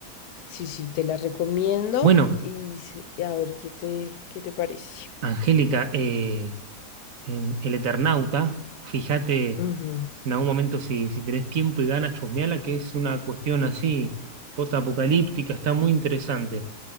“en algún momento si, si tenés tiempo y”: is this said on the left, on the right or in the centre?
Right